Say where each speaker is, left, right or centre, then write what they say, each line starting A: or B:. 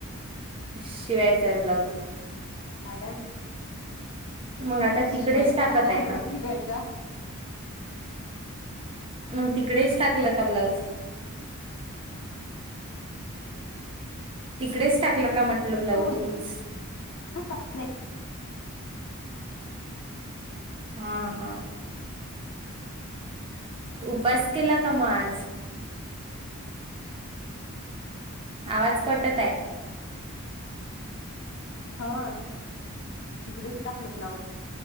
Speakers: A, on the right; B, on the left.
A: शिवायचा आहे ब्लाऊज.
B: काय करायचं
A: मग आता तिकडेच
B: शिवायचा,
A: टाकत
B: हा.. हां.
A: आहे का?
B: शिवायचा.
A: मग तिकडेच टाकलं का ब्लाऊज? तिकडेच टाकलं का म्हंटलं ब्लाऊज?
B: हो <unintelligible>
A: हा, हा... उपास केला का मग आज? आवाज कटत आहे.
B: हा तिकडेच टाकलं ब्लाउज,